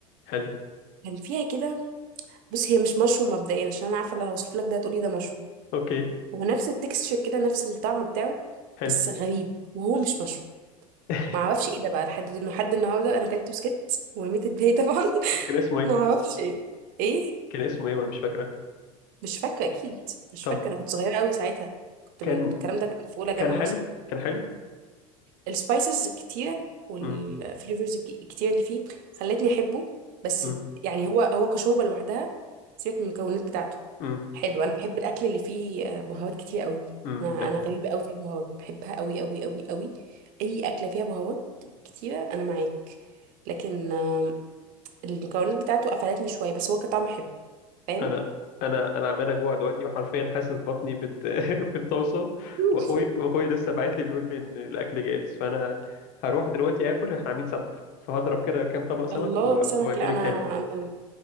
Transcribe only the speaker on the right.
كان فيها كده بص هي مش مشروم مبدئيا عشان انا عارفه لو هوصف لك ده هتقولي ده مشروم
هو نفس التكستشر كده نفس الطعم بتاعه
بس غريب وهو مش مشروم
ما اعرفش ايه ده بقى لحد دل- لحد النهارده انا اكلت بسكت ورميت الباقي طبعا <laughs>
ما اعرفش ايه ايه
مش فاكره اكيد مش
فاكره انا كنت صغيره قوي ساعتها كنت
من الكلام ده كان في اولى جامعه
مثلا
السبايسز الكتيره والفليفرز
الكتيره اللي فيه خلتني احبه بس
يعني هو هو كشوربه لوحدها سيبك من المكونات بتاعته
حلو انا بحب الاكل اللي فيه آه، بهارات كتير قوي
انا انا غريبه قوي في البهارات بحبها قوي قوي قوي قوي اي اكله فيها بهارات كتيره انا معاك لكن آه، المكونات بتاعته قفلتني شويه بس هو كطعم حلو فاهم
مم.
الله
سمك
لا
انا
انا